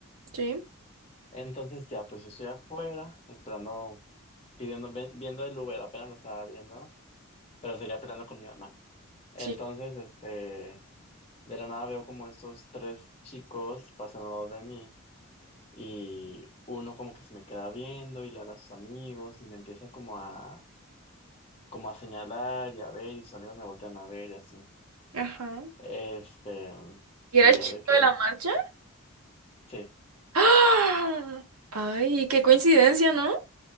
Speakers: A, on the right (about 80°); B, on the left (about 25°).
A: sí,
B: Entonces ya, pues yo estoy afuera, esperando, pidiendo, ve- viendo el Uber, apenas lo estaba viendo pero seguía peleando con mi mamá. Entonces,
A: sí.
B: este, de la nada veo como estos tres chicos pasan al lado de mí y uno como que se me queda viendo y le habla a sus amigos y me empieza como a, como a señalar y a ver y sus amigos me voltean a ver y así.
A: Ajá.
B: Este,
A: ¿Y
B: y
A: era el
B: yo
A: chico
B: de que,
A: de la marcha?
B: sí,
A: ¡Ah! Ay, qué coincidencia, ¿no?